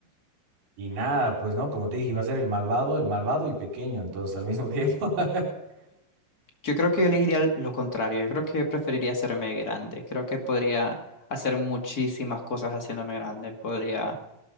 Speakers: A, on the right (about 65°); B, on the left (about 30°).
A: Y nada, pues no, como te dije, iba a ser el malvado, el malvado y pequeño, entonces al mismo tiempo. <laughs>
B: Yo creo que yo elegiría lo contrario, yo creo que preferiría hacerme grande, creo que podría hacer muchísimas cosas haciéndome grande, podría,